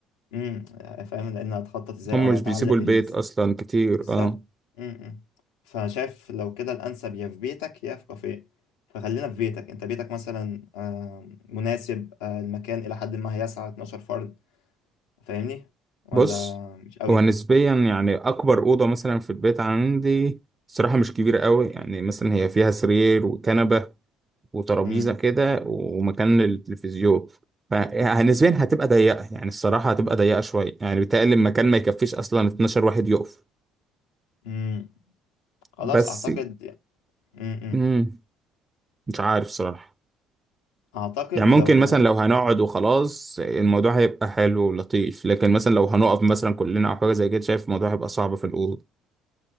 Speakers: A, on the left; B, on the right.
A: امم فاهم لان هتخطط ازاي
B: هم
A: او
B: مش
A: هتعلق
B: بيسيبوا البيت
A: ال-
B: اصلا كتير
A: بالظبط
B: اه
A: م-م. فشايف لو كده الأنسب يا في بيتك يا في كافيه فخلينا في بيتك أنت بيتك مثلا آه، مناسب آه، المكان إلى حد ما هيسع 12 فرد فاهمني ولا
B: بص
A: مش قوي
B: هو نسبيا يعني اكبر اوضه مثلا في البيت عندي الصراحه مش كبيره قوي يعني مثلا هي فيها سرير وكنبه وترابيزه
A: م-م.
B: كده ومكان للتلفزيون فنسبيا هتبقى ضيقه يعني الصراحه هتبقى ضيقه شويه يعني بيتهيألي المكان ما يكفيش اصلا 12 واحد يقف
A: مم. خلاص
B: بس
A: أعتقد م-م.
B: مم. مش عارف صراحه
A: أعتقد
B: يعني ممكن
A: لو
B: مثلا لو هنقعد وخلاص الموضوع هيبقى حلو ولطيف لكن مثلا لو هنقف مثلا كلنا او حاجه زي كده شايف الموضوع هيبقى صعب في الاوضه